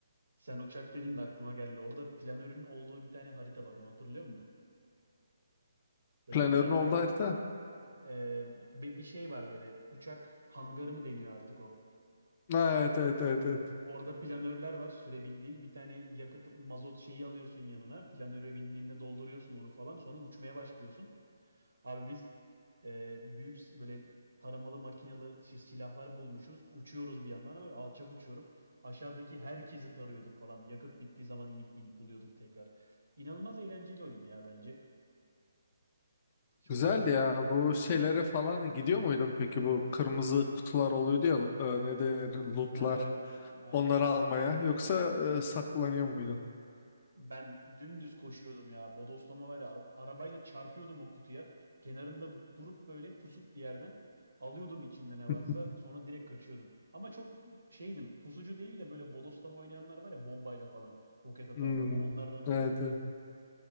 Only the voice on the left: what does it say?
Planörün
oldu harita.
Ha, evet evet evet evet.
Güzeldi
ya. Bu şeylere falan gidiyor muydun peki? Bu kırmızı kutular oluyordu ya e, ne denir lootlar.
Onları almaya. Yoksa e, saklanıyor muydun?
<laughs>
Hmm,
evet,
evet.